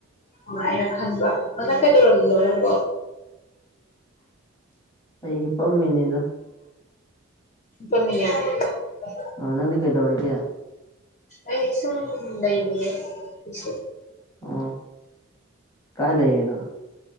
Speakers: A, on the left; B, on the left.
A: ꯅꯨꯡꯉꯥꯏꯅ ꯈꯟꯕ ꯅꯗꯪ ꯀꯩꯗꯧꯔꯃꯤꯅꯣ ꯅꯪꯕꯣ
B: ꯑꯩ ꯍꯤꯄꯝꯃꯤꯅꯤꯗ
A: ꯀꯃꯤ <unintelligible> <inaudible>
B: ꯑ ꯅꯪꯗꯤ ꯀꯩ ꯇꯧꯔꯒꯦ
A: ꯑꯩ ꯁꯨꯝ ꯂꯩ ꯂꯌꯦ ꯄ
B: ꯑ ꯀꯥꯏ ꯂꯩꯌꯦꯅ